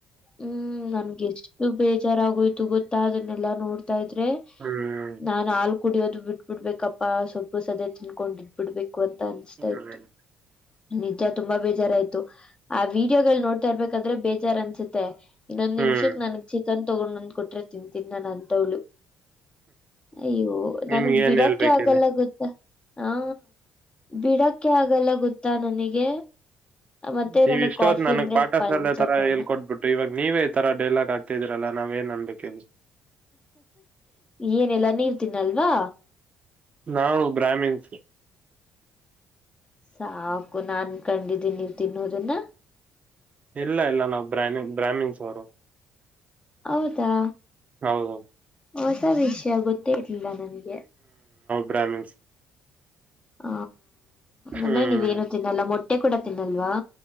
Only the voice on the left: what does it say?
ಹ್ಮ್ ನನ್ಗೆ ಎಷ್ಟು ಬೇಜಾರಾಗೋಯ್ತು ಗೊತ್ತಾ ಅದನ್ನೆಲ್ಲಾ ನೋಡ್ತಾ ಇದ್ರೆ
ನಾನ್ ಆಲ್ ಕುಡಿಯೋದು ಬಿಟ್ಬಿಡ್ಬೇಕಪ್ಪಾ ಸ್ವಲ್ಪ ಪ್ಪು ಸದೆ ತಿಂದಕೊಂಡಿದ್ದ್ಬಿಡ್ಬೇಕು ಅಂತ ಅನಿಸ್ತಾ
ಇತ್ತು ನಿಜ ತುಂಬಾ ಬೇಜಾರಾಯ್ತು ಆ ವಿಡಿಯೋಗಳು ನೋಡ್ತಾ ಇರ್ಬೇಕಾದ್ರೆ ಬೇಜಾರ್ ಅನ್ಸುತ್ತೆ ಇನ್ನೊಂದ್ ನಿಮಿಷಕ್
ನನ್ಗ್ ಚಿಕನ್ ತೊಗೊಂಡ್ಂದ್ ಕೊಟ್ರೆ ತಿಂತೀನಿ ನನ್ ಅಂತವ್ಳು ಅಯ್ಯೋ
ನನ್ಗ್
ಬಿಡಕ್ಕೆ
ಆಗಲ್ಲ ಗೊತ್ತ ಹಾ ಬಿಡಕ್ಕೆ ಆಗಲ್ಲ ಗೊತ್ತಾ ನನಗೆ ಮತ್ತೆ
ನನಗ್
ಕಾಫಿ
ಅಂದ್ರೆ
ಪಂಚಪ್ರಾಣ.
ಏನೆಲ್ಲಾ ನೀವ ತಿನ್ನಲ್ವಾ
ಸಾಕು ನಾನ್ ಕಂಡಿದ್ದೀನಿ ನೀವ ತಿನ್ನೋದನ್ನ
ಹೌದಾ
ಹೊಸ ವಿಷಯ ಗೊತ್ತೇ ಇರ್ಲಿಲ್ಲ ನನಗೆ
ಹ
ಅಂದ್ರೆ ನೀವೇನು ತಿನ್ನಲ್ಲ ಮೊಟ್ಟೆ ಕೂಡ ತಿನ್ನಲ್ವಾ